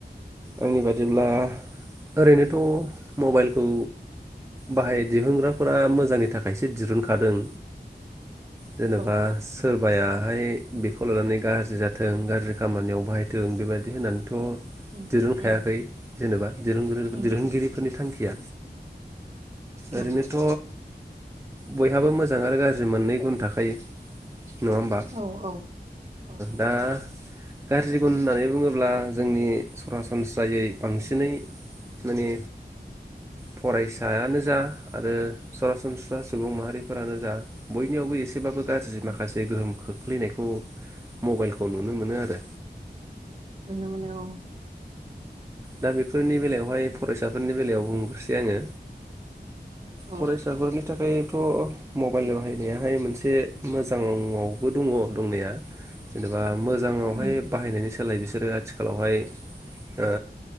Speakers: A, on the right; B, on the right.
A: आंनि बादिब्ला ओरैनोथ' मबाइलखौ बाहाय दिहुनग्राफोरा मोजांनि थाखायसो दिरुनखादों जेनेबा
B: औ औ
A: सोरबाया <unintelligible> खौ लानानै गाज्रि जाथों गाज्रि खामानियाव बाहायथों बेबायदि होननानै थ'
B: उम
A: दिरुनखायाखै
B: उम
A: जेनेबा
B: उम
A: दिरुनगिरिफोरनि थांखि <unintelligible> ओरैनोथ'
B: उम
A: बयहाबो मोजां आरो गाज्रि मोननै गुन थाखायो नङा होमबा
B: औ औ औ
A: दा गाज्रि गुन होननानै होननानै बुङोब्ला जोंनि सरासनस्रायै बांसिनै माने फरायसायानो जा आरो सरासनस्रा सुबुं माहारिफोरानो जा बयनियावबो एसेबाबो गाज्रि
B: उम
A: माखासे गोहोम खो खुलिनायखौ मबाइलखौ नुनो मोनो आरो
B: नुनो मोनो औ
A: दा बेफोरनि बेलायावहाय फरायसाफोरनि बेलायाव बुंग्रोसै आङो
B: औ
A: फरायसाफोरनि बिनि थाखायथ' मबाइल बाहायनायाहाय मोनसे मोजाङावबो दङ दंनाया जेनेबा मोजाङावहाय
B: उम
A: बाहायनायनि स सोलाय बिसोरो आथिखालावहाय ओ